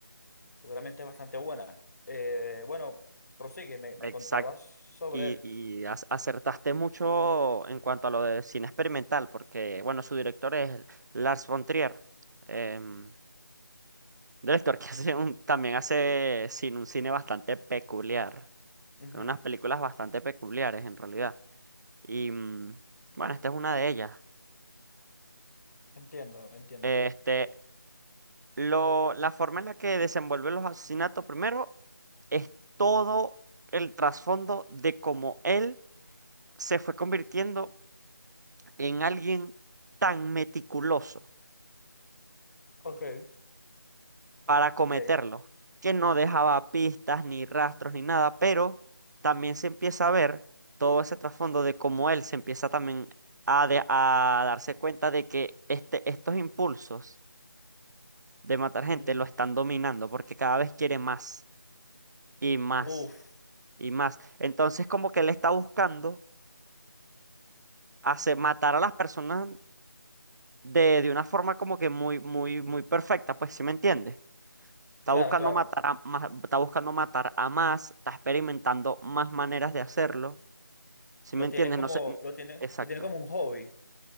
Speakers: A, on the left (about 50°); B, on the right (about 55°).
A: seguramente es bastante buena. Eh, bueno, prosigue, me, me
B: Exacto.
A: contabas sobre
B: Y,
A: él.
B: y ac- acertaste mucho en cuanto a lo de cine experimental, porque, bueno, su director es Lars von Trier, em, director que <laughs> hace un- también hace cine, un cine bastante peculiar,
A: Ujú,
B: con unas películas bastante peculiares en realidad. Y, mm, bueno, esta es una de ellas.
A: Entiendo, entiendo.
B: Este,
A: Eh,
B: lo, la forma en la que desenvuelve los asesinatos, primero. es todo el trasfondo de cómo él se fue convirtiendo en alguien tan meticuloso
A: ok,
B: para cometerlo,
A: ok.
B: que no dejaba pistas ni rastros ni nada, pero también se empieza a ver todo ese trasfondo de cómo él se empieza también a, de- a darse cuenta de que este, estos impulsos de matar
A: ujú.
B: gente lo están dominando porque cada vez quiere más y más
A: Uf,
B: y más. Entonces como que él está buscando hacer matar a las personas de, de una forma como que muy, muy, muy perfecta, pues, ¿sí me entiendes? Está
A: claro,
B: buscando
A: claro.
B: matar a más, está buscando matar a más, está experimentando más maneras de hacerlo, ¿sí
A: Lo
B: me entiendes?
A: tiene como,
B: No sé, n-
A: lo tiene,
B: exacto.
A: lo tiene como un hobby.